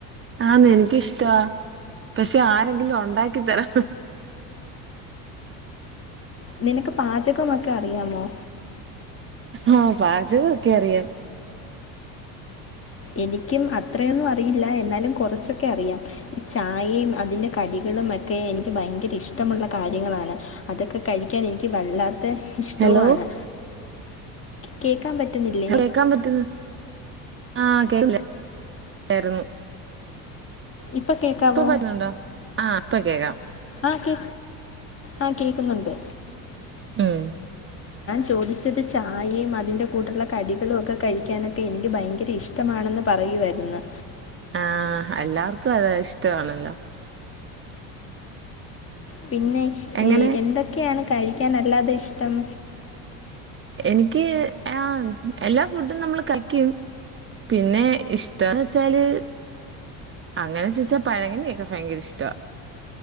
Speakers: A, on the right (about 25°); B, on the left (about 30°).
A: ആ നിനകിഷ് റ്റ പക്ഷെ ആരെങ്കിലും ഉണ്ടാക്കി തരാം
B: നിനക്ക് പാചകമൊക്കെ അറിയാമോ
A: ആ പാചകൊക്കെ അറിയാം
B: എനിക്കും അത്രയൊന്നും അറിയില്ല എന്നാലും കുറച്ചൊക്കെ അറിയാം ചായയും അതിൻ്റെ കടികളും ഒക്കെ എനിക്ക് ഭയങ്കര ഇഷ്ടമുള്ള കാര്യങ്ങളാണ് അതൊക്കെ കഴിക്കാൻ എനിക്ക് വല്ലാ ത്ത ഇഷ്ടവുമാണ്
A: ഹലോ
B: കേ ക്കാൻ പറ്റുന്നില്ലേ
A: കേക്കാൻ പറ്റുന്നു ആഹ് കേക്കുന്നില്ലായിരുന്നു
B: ഇപ്പം കേൾക്കാവോ
A: ഇപ്പ പറ്റുന്നുണ്ടോ ആഹ്. ഇപ്പൊ കേക്കാം.
B: ആഹ് കേ ആഹ് കേക്കുന്നുണ്ട്.
A: ഉം.
B: ചോദിച്ചത് ചായയും അതിൻറെ കൂടെയുള്ള കടികളും ഒക്കെ കഴിക്കാനൊക്കെ എനിക്ക് ഭയങ്കര ഇഷ്ടമാണെന്ന് പറയുവായിരുന്നു.
A: ആഹ് എല്ലാർക്കും അതാ ഇഷ്ടമാണല്ലോ.
B: പിന്നെ
A: എങ്ങനെ
B: എന്തൊക്കെയാണ് കഴിക്കനല്ലാതെ ഇഷ്ടം.
A: എനിക്ക് ആ എല്ലാ ഫുഡും നമ്മള് കയ്ക്കും പിന്നെ ഇഷ്ടന്ന് വെച്ചാല് അങ്ങനെ ചോയ്ച്ച പഴങ്കഞ്ഞിയൊക്കെ ഭയങ്കര ഇഷ്ട.